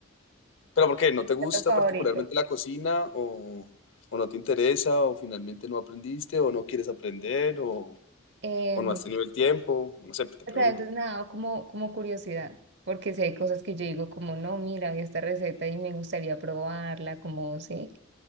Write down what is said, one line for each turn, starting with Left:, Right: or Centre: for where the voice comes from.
Left: ¿Pero por qué? ¿No te gusta
Right: Plato favorito.
Left: particularmente la cocina o, o no te interesa o finalmente no aprendiste o no quieres aprender o,
Right: Em,
Left: o no has tenido el tiempo? No sé, te
Right: o
Left: pregunto.
Right: sea, eso es nada como, como curiosidad, porque si hay cosas que yo digo como, no, mira, vi esta receta y me gustaría probarla, como, sí,